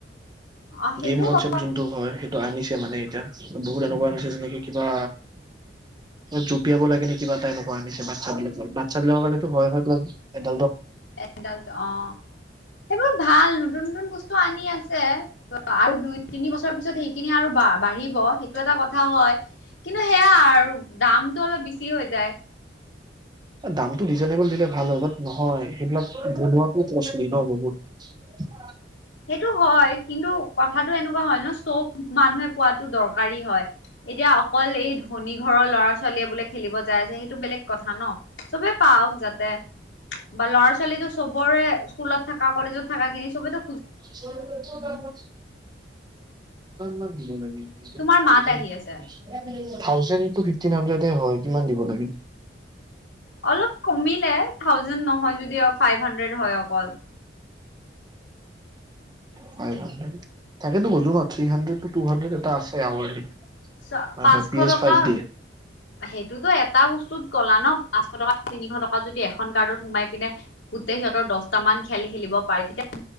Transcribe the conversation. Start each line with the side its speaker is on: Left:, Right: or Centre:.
Left: অ সেইটো
Right: গেম কনচেপ্ট
Left: হয়
Right: যোনটো হয় সেইটো। আনিছে মানে এতিয়া বহুত এনেকুৱা আনিছে যেনেকে কিবা জুপিয়াব লাগে নে কিবা এটা এনেকুৱা আনিছে বাচ্ছা বিলাকৰ বাচ্ছা বিলাকৰ কাৰণটো হয় হয় প্লা এড
Left: অ সেইবোৰ ভাল যোন বস্তু আনি আছে আৰু দুই তিনি বছৰ পিছত সেইখিনি আৰু বা বাঢ়িব সেইটো এটা কথা হয়। কিন্তু সেয়া আৰু দামটো অলপ বেছি হৈ যায়।
Right: দামটো ৰিজনেবল দিলে ভাল হয়, বাত নহয়, সেইবিলাক বনোৱাটো কচলী ন' বহুত?
Left: সেইটো, হয়। কিন্তু কথাটো এনেকুৱা হয়, ন' চ' মানুহে পোৱাতো দৰকাৰী হয়, এতিয়া অকল এই ধনী ঘৰৰ ল'ৰা ছোৱালীয়ে বোলে খেলিব যায় আছে সেইটো বেলেগ কথা ন'? চবেই পাওঁক যাতে বা ল'ৰা ছোৱালীতো চবৰে স্কুলত থাকা, কলেজত থাকাখিনি চবেইটো
Right: <unintelligible> কিমান মান দিব লা <unintelligible>
Left: তোমাৰ মাত আহি আছে
Right: থাউজেণ্ড টু ফিফটিন হানড্রেদে হয়, কিমান দিব লাগে?
Left: অলপ কমিলে, থাউজেন নহয় যদি আৰু ফাইভ হানড্ৰেট হয়, অকল।
Right: ফাইভ হাণ্ডেড তাকেটো কৈছো ন', থিহানড্ৰেড টু হানড্ৰেড এটা আছে <unintelligible>
Left: চ' পাঁচশ
Right: পি এছ
Left: টকা
Right: ফাইভ দিয়ে
Left: সেইটোতো এটাও <unintelligible> ক'লা ন' পাঁচশ টকা তিনিশ টকা যদি এখন কাৰ্ডত সোমাই পিনে গোটেই সিহঁতৰ দছটা মান খেল খেলিব পাৰে। <unintelligible>